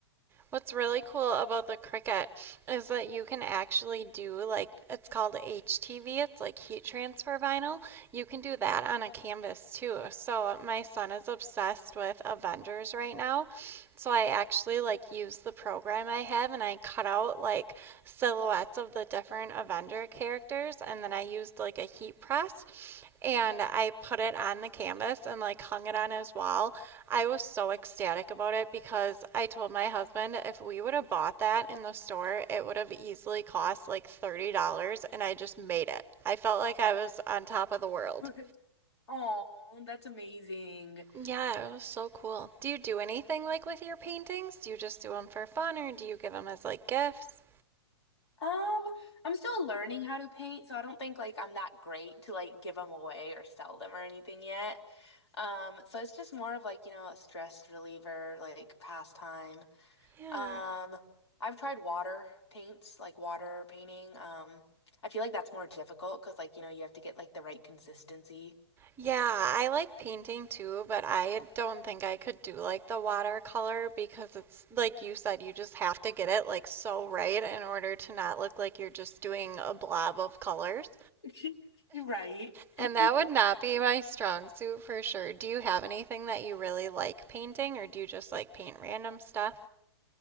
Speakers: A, on the right (about 15°); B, on the left (about 85°).
A: What's really cool about the Cricut is that you can actually do like it's called HTV, it's like heat transfer vinyl. You can do that on a canvas too. So my son is obsessed with Avengers right now. So I actually like use the program I have and I cut out like silhouettes of the different Avenger characters and then I used like a heat press and I put it on the canvas and like hung it on his wall I was so ecstatic about it because I told my husband if we would have bought that in the store, it would have easily cost like $30 and I just made it. I felt like I was on top of the world.
B: <laughs> Oh, that's amazing.
A: Yeah, it was so cool. Do you do anything like with your paintings? Do you just do them for fun or do you give them as like gifts?
B: Um, I'm still learning how to paint, so I don't think like I'm that great to like give them away or sell them or anything yet. Um, so it's just more of like, you know, a stress reliever, like pastime.
A: Yeah.
B: Um, I've tried water paints, like water painting. Um, I feel like that's more difficult because like, you know, you have to get like the right consistency.
A: Yeah, I like painting too, but I don't think I could do like the watercolor because it's like you said, you just have to get it like so right in order to not look like you're just doing a blob of colors.
B: <laughs> Right.
A: And
B: <laughs>
A: that would not be my strong suit for sure. Do you have anything that you really like painting or do you just like paint random stuff?